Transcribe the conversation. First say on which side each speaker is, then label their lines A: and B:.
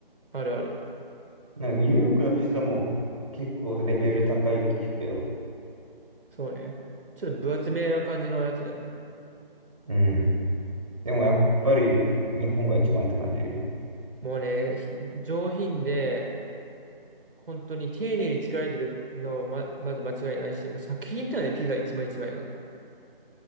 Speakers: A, on the right; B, on the right.
A: あるある。
B: なんかニューヨークのピザも結構レベル高いって聞くけど。
A: そうね。ちょっと分厚めな感じのやつだよね。
B: うん。でもやっぱり日本が一番って感じ。う
A: もうね、ひ上品で、本当に丁寧に作られてるのま、まず間違いないし、もう作品だよね、ピザ一枚一枚が。